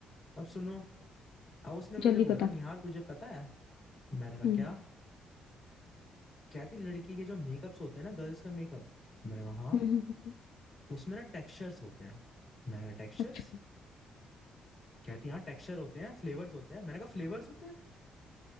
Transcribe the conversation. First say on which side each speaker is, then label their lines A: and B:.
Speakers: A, on the left; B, on the left.
A: अब सुनो अब उसने मुझे
B: जल्दी
A: बोला
B: बता
A: निहार तुझे पता है मैंने कहा क्या
B: हम्म
A: कहती लड़की के जो मेकअप्स होते हैं ना गर्ल्स का मेकअप मैंने कहा हाँ
B: हम्म हम्म, हम्म।
A: उसमें ना टेक्सचर्स होते हैं मैंने कहा टेक्सचर्स
B: अच्छा
A: कहती हाँ टेक्सचर होते हैं फ्लेवर्स होते हैं मैंने कहा फ्लेवर्स होते हैं